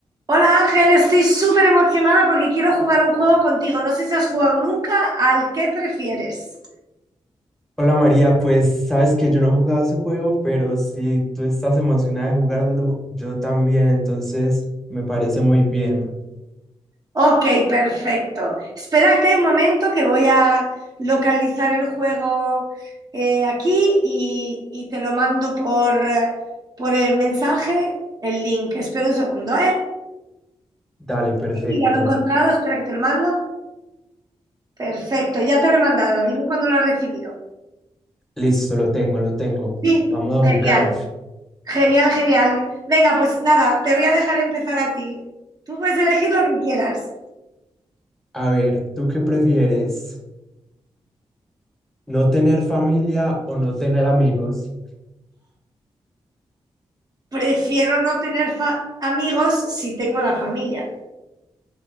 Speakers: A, on the right; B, in the centre.
A: Hola Ángel, estoy súper emocionada porque quiero jugar un juego contigo. No sé si has jugado nunca al que prefieres.
B: Hola María, pues sabes que yo no he jugado ese juego, pero si tú estás emocionada de jugarlo, yo también, entonces me parece muy bien.
A: Ok, perfecto. Espérate un momento que voy a localizar el juego eh, aquí y, y te lo mando por, eh, por el mensaje, el link. Espera un segundo, ¿eh?
B: Dale, perfecto.
A: Sí, ya lo he encontrado, espera que te lo mando. Perfecto, ya te lo he mandado. Dime cuándo lo has recibido.
B: Listo, lo tengo, lo tengo.
A: Sí,
B: Vamos a
A: genial.
B: jugar.
A: Genial, genial. Venga, pues nada, te voy a dejar empezar a ti. Tú puedes elegir lo que quieras.
B: A ver, ¿tú qué prefieres? ¿No tener familia o no tener amigos?
A: Prefiero no tener fa- amigos si tengo la familia.